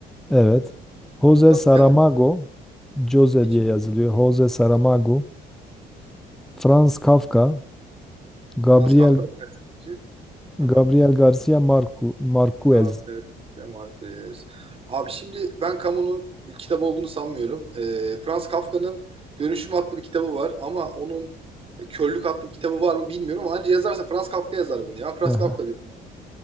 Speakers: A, in the centre; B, on the right.
A: Evet. Jose
B: Kitap
A: Saramago,
B: yazmış.
A: Jose
B: Hiçbir.
A: diye yazılıyor. Jose Saramago, Franz Kafka, Gabriel
B: Franz Kafka da felsefeci.
A: Gabriel
B: Aha.
A: Garcia Marcu, Marquez.
B: Kafka, Marquez. Abi şimdi ben Camus'un kitap olduğunu sanmıyorum. Ee, Franz Kafka'nın Dönüşüm adlı bir kitabı var ama onun e, Körlük adlı bir kitabı var mı bilmiyorum ama anca yazarsa Franz Kafka yazar bunu ya. Franz
A: Aha.
B: Kafka diyorum.